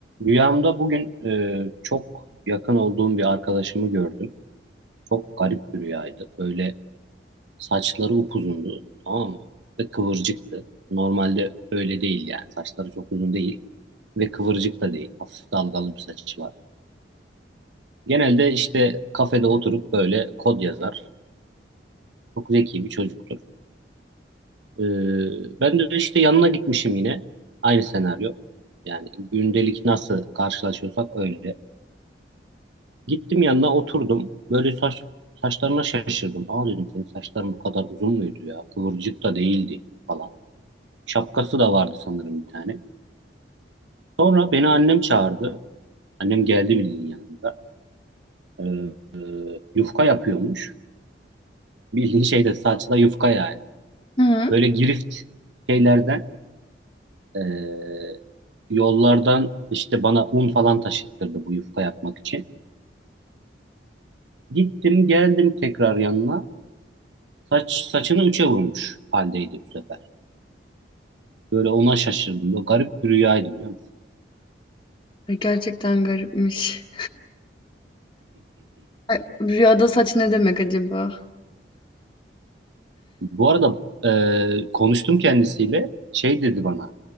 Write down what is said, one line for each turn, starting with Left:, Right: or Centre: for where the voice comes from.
Right: Rüyamda bugün e, çok yakın olduğum bir arkadaşımı gördüm. Çok garip bir rüyaydı. Böyle saçları upuzundu, tamam mı? Ve kıvırcıktı. Normalde öyle değil yani. Saçları çok uzun değil ve kıvırcık da değil. Hafif dalgalı bir saçı var. Genelde işte kafede oturup böyle kod yazar. Çok zeki bir çocuktur. E, ben de işte yanına gitmişim yine. Aynı senaryo. Yani gündelik nasıl karşılaşıyorsak öyle. Gittim yanına oturdum. Böyle saç saçlarına şaşırdım. Aa dedim senin saçların bu kadar uzun muydu ya? Kıvırcık da değildi falan. Şapkası da vardı sanırım bir tane. Sonra beni annem çağırdı. Annem geldi bildiğin yanında. Ee, yufka yapıyormuş. Bildiğin şey de saçla yufka yani.
Left: Hı
Right: Böyle girift şeylerden ee, yollardan işte bana un falan taşıttırdı bu yufka yapmak için. Gittim geldim tekrar yanına. Saç saçını üçe vurmuş haldeydi bu sefer. Böyle ona şaşırdım. Böyle garip bir rüyaydı biliyor musun?
Left: Ay, gerçekten garipmiş. Ay, rüyada saç ne demek acaba?
Right: <laughs> Bu arada e, konuştum kendisiyle. Şey dedi bana.